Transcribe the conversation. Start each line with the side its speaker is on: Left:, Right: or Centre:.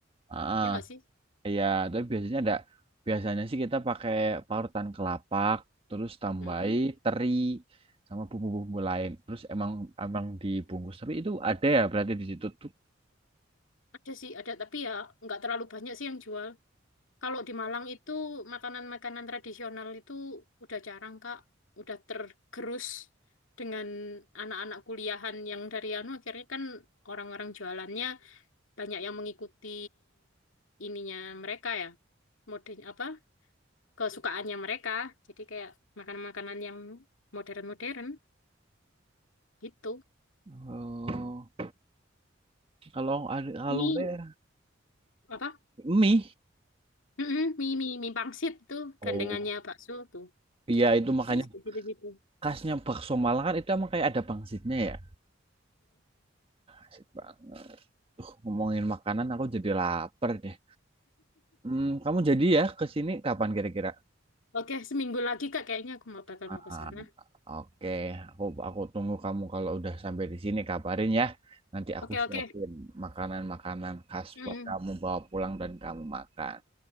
Right: Ah,
Left: Ya nggak sih?
Right: ya, tapi biasanya ada. Biasanya sih kita pakai parutan kelapa, terus tambahi
Left: Mm.
Right: teri sama bumbu-bumbu lain. Terus emang emang dibungkus. Tapi itu ada ya berarti di situ tuh.
Left: Ada sih, ada tapi ya nggak terlalu banyak sih yang jual. Kalau di Malang itu makanan-makanan tradisional itu udah jarang, Kak. Udah tergerus dengan anak-anak kuliahan yang dari anu akhirnya kan orang-orang jualannya banyak yang mengikuti ininya mereka ya, mode apa kesukaannya mereka. Jadi kayak makanan-makanan yang modern-modern gitu.
Right: Oh, kalau ada kalau
Left: Mie
Right: nggak ya
Left: apa?
Right: mie.
Left: Mm-mm, mie mie mie pangsit tuh
Right: Oh,
Left: gandengannya bakso tuh.
Right: iya itu makanya
Left: Yes, gitu-gitu.
Right: khasnya bakso Malang kan itu emang kayak ada pangsitnya ya. Asik banget. Uh, ngomongin makanan aku jadi lapar deh. Hmm, kamu jadi ya ke sini kapan kira-kira?
Left: Oke, seminggu lagi Kak kayaknya aku mau bakal
Right: Ah,
Left: mau ke sana.
Right: Oke, Aku aku tunggu kamu kalau udah sampai di sini kabarin ya. Nanti aku
Left: Oke, oke.
Right: siapin makanan-makanan khas
Left: Mm,
Right: buat kamu bawa pulang dan kamu makan.